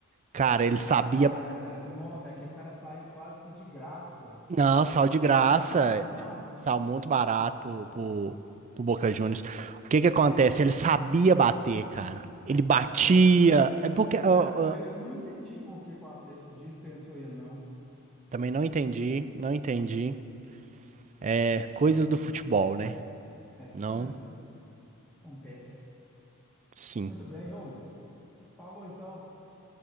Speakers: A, on the right (about 35°); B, in the centre.
A: Cara, ele sabia
B: Batalha, cara. é Nó, velho, que o cara saiu quase que de graça.
A: Não, sal de graça.
B: Foi barato, não?
A: Sal muito barato pro, pro, pro Boca Juniors. O que que acontece? Ele sabia bater, cara. Ele batia.
B: É,
A: É porque.
B: Ele
A: ó,
B: era bom.
A: ó,
B: Eu eu não entendi por que que o Atlético dispensou ele, não.
A: também não entendi, não entendi. É, coisas do futebol, né?
B: É,
A: Não,
B: isso aí acontece.
A: sim.
B: Muito bem, ô. Falou então.